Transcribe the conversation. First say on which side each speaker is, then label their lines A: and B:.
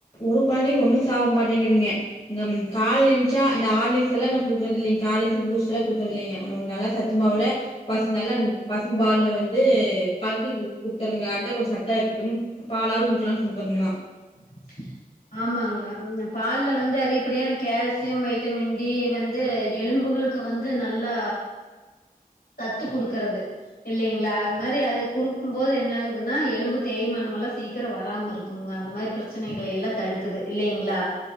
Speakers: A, on the left; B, on the left.
A: ஒரு கொழந்தைகங் ஒண்ணு சாப் மாட்டேங்குதுங்க இந்தம் கால்ல என்ச்ச இந்த ஆர்லிக்ஸ் எல்லா நா குக்குற்து இல்லிங் ட்டுலா குக்குற்து இல்லைங்க ஒர நல்ல சத்துமாவுல பஸ் நல்லா பசும் பால்ல வந்து கல்க்கி குத்தர்லிங்க அந்த போட் ச செத்துக்கின் பாலாது குடுக்கலான் குக்கறங்க
B: ஓகே <unintelligible> ஆமாங்க பால்ல வந்து அதிகப்படியானா கேல்சியம் வைட்டமின் டி வந்து எலும்புகளுக் கு வந்து நல்லா சத்து குடுக்குறது இல்லைங்களா அது மாரி அது குடுக்கும்போது என்னாகுதுன்னா எலும்பு தேய்மானமெல்லா சீக்கிர வராம இருக் குங்க அந்த மாரி பிரச்சனைகளை எல்லா தடுக்குது இல்லைங்களா